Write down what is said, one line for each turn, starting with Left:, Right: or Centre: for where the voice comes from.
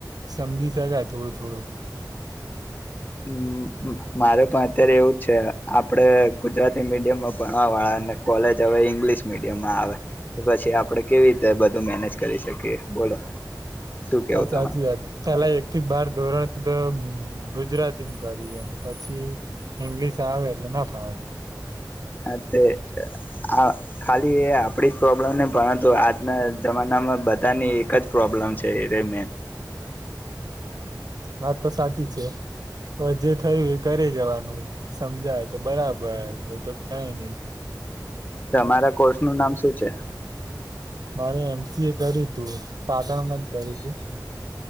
Right: સમજી શકાય થોડું-થોડું.
Left: હમ્મ, મારે પણ અત્યારે એવું છે આપડે ગુજરાત મીડિયમમાં ભણવા વાળા અને કોલેજ હવે ઇંગ્લિશ મીડિયમમાં આવે, તો પછી આપડે કેવી રીતે બધું મેનેજ કરી શકીએ, બોલો શું કેવું
Right: હા
Left: તમારે
Right: સાચી વાત, પેલા એકથી બાર ધોરણ તો ગુજરાતી કર્યું હોય પછી ઈંગ્લિશ આવે એટલે ના ફાવે.
Left: હા તે આ ખાલી આપડી જ પ્રોબ્લેમ ને પરંતુ આજના જમાનામાં બધાની એક જ પ્રોબ્લેમ છે એ રઇ મેન.
Right: વાત તો સાચી છે તો જે થયું એ કરી જવાનું સમજાય તો બરાબર એ તો કાઈ નઈ.
Left: તમારા કોર્સ નું નામ શું છે?
Right: મારે એમ સી એ કર્યું તું, પાટણમાં જ કર્યું તું.